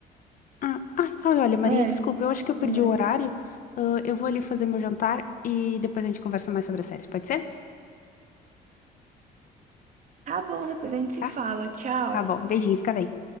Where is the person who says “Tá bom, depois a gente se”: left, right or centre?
Right